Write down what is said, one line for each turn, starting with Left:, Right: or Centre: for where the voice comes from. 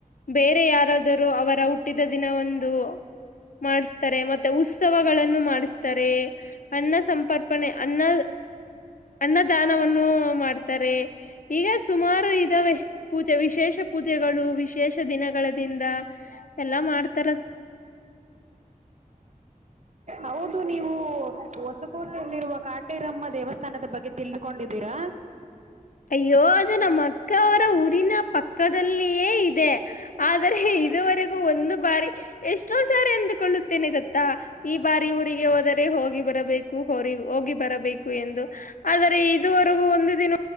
Left: ಬೇರೆ ಯಾರಾದರೂ ಅವರ ಹುಟ್ಟಿದ ದಿನ ಒಂದು ಮಾಡಿಸ್ತಾರೆ ಮತ್ತೆ ಉತ್ಸವಗಳನ್ನು ಮಾಡಿಸ್ತಾರೆ ಅನ್ನ ಸಂಪರ್ಪಣೆ ಅನ್ನ ಅನ್ನದಾನವನ್ನು ಮಾಡ್ತಾರೆ ಈಗ ಸುಮಾರು ಇದ್ದಾವೆ ಪೂಜೆ ವಿಶೇಷ ಪೂಜೆಗಳು ವಿಶೇಷ ದಿನಗಳ ದಿಂದ ಎಲ್ಲಾ ಮಾಡ್ತಾರದ
Right: ಹೌದು ನೀವು ಹೊಸಕೋಟೆಯಲ್ಲಿರುವ ಕಾಟೇರಮ್ಮ ದೇವಸ್ಥಾನದ ಬಗ್ಗೆ ತಿಳಿದುಕೊಂಡು ಇದ್ದೀರಾ
Left: ಅಯ್ಯೋ ಅದು ನಮ್ಮ ಅಕ್ಕ ಅವರ ಊರಿನ ಪಕ್ಕದಲ್ಲಿಯೇ ಇದೆ ಆದರೆ ಇದುವರೆಗೂ ಒಂದು ಬಾರಿ ಎಷ್ಟೋ ಸಾರಿ ಅಂದುಕೊಳ್ಳುತ್ತೇನೆ ಗತ್ತಾ ಈ ಬಾರಿ ಊರಿಗೆ ಹೋದರೆ ಹೋಗಿ ಬರಬೇಕು ಹ ಹೋಗಿ ಬರಬೇಕು ಎಂದು ಆದರೆ ಇದುವರೆಗೂ ಒಂದು ದಿನ